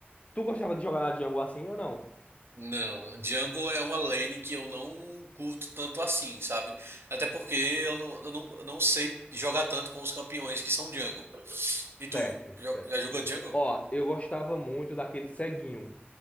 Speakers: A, on the left; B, on the right.
A: tu gostava de jogar na jungle assim ou não?
B: Não, jungle é uma lane que eu não curto tanto assim, sabe? Até porque eu não, eu não, eu não sei jogar tanto com os campeões que são jungle. E tu,
A: Certo,
B: jo-
A: certo.
B: já jogou jungle?
A: Ó, eu gostava muito daquele ceguinho.